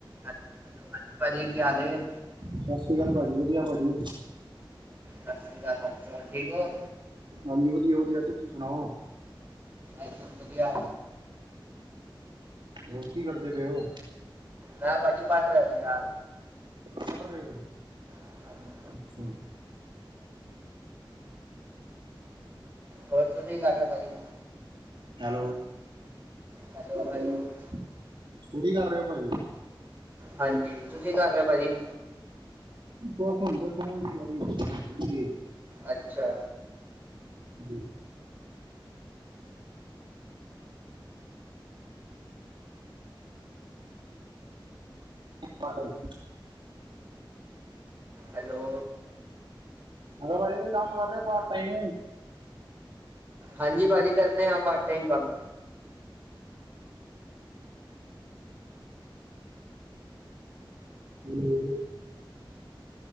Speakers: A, on the right; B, on the right.
A: Hello ਹਾਂਜੀ ਭਾਜੀ ਕੀ ਹਾਲ ਏ?
B: ਸਤਿ ਸ੍ਰੀ ਅਕਾਲ ਭਾਜੀ ਵਧੀਆ ਭਾਜੀ।
A: ਸਤਿ ਸ਼੍ਰੀ ਅਕਾਲ ਚਲ ਠੀਕ ਔ।
B: ਹਾਂਜੀ ਵਧੀਆ ਵਧੀਆ, ਤੁਸੀਂ ਸੁਣਾਓ।
A: ਇੱਕ ਦਮ ਵਧੀਆ।
B: ਹੋਰ ਕੀ ਕਰਦੇ ਪਏ ਓ?
A: ਮੈਂ ਭਾਜੀ ਪੜ੍ਹ ਰਿਆ ਸੀਗਾ।
B: ਪੜ੍ਹ ਰੇ ਓ?
A: ਹਾਂਜੀ।
B: ਅੱਛਾ।
A: ਹੋਰ ਤੁਸੀਂ ਕੀ ਕਰ ਰਹੇ ਭਾਜੀ।
B: ਹੈਲੋ
A: ਹੈਲੋ
B: <unintelligible>
A: ਹੈਲੋ
B: ਸਟਡੀ ਕਰ ਰੇ ਓ ਭਾਜੀ?
A: ਹਾਂਜੀ, ਤੁਸੀਂ ਕਰ ਰੇ ਓ ਭਾਜੀ।
B: ਬਸ ਹੁਣ ਤੇ ਸੋਣ ਦੀ ਤਿਆਰੀ <unintelligible>
A: ਅੱਛਾ।
B: ਹਂ। <unintelligible>
A: ਹੈਲੋ।
B: ਹੈਲੋ ਭਾਜੀ ਕੋਈ ਕੰਮ ਕਰ ਰੇਓ ਪਾਰਟ ਟਾਈਮ
A: ਹਾਂਜੀ ਭਾਜੀ ਕਰਦੇ ਆਂ ਪਾਰਟ ਟਾਈਮ ਕੰਮ
B: <inaudible>